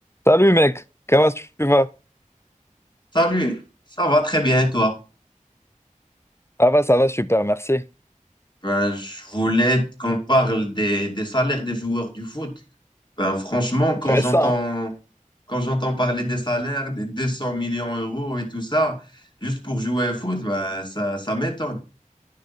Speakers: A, on the left; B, on the left.
A: Salut mec, comment tu vas?
B: Salut, ça va très bien et toi?
A: Ah bah ça va super, merci.
B: Ben, je voulais qu'on parle des, des salaires des joueurs du foot. Ben, franchement,
A: Intéressant.
B: quand j'entends quand j'entends parler des salaires, des 200 millions d'euros et tout ça, juste pour jouer au foot, ben, ça, ça m'étonne.